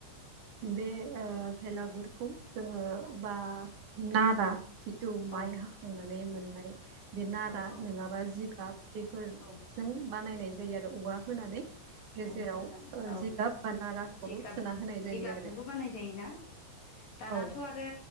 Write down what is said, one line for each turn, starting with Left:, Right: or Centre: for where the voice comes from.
Right: बे ओ भेलागुरखौ जोङो
Left: औ
Right: बा नारा जिथु
Left: औ
Right: माइ हाखांनानै मोननाय बे नारा
Left: औ औ
Right: नङाबा जिगाब बेफोर
Left: औ
Right: जों बानायनाय जायो आरो औवा होनानै गेजेराव
Left: औवा होनानै
Right: ओ
Left: औ
Right: जिगाब बा नाराखौ
Left: जिगाब
Right: सोना होनाय जायो
Left: जिगाबजोंबो
Right: आरो
Left: बानाय जायोना दानाथ'
Right: औ
Left: आरो